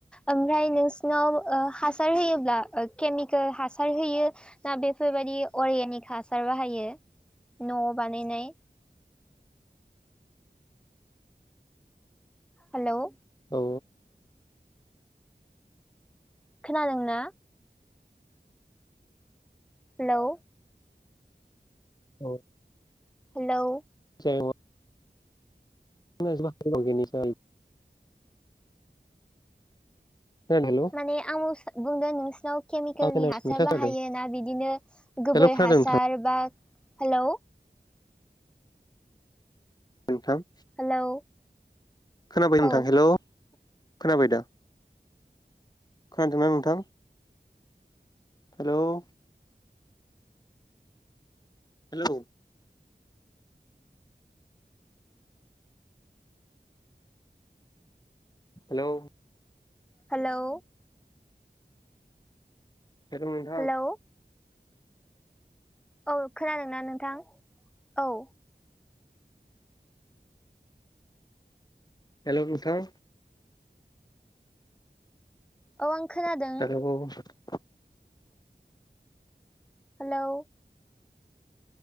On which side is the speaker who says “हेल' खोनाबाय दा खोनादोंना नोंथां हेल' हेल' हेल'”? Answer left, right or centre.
Left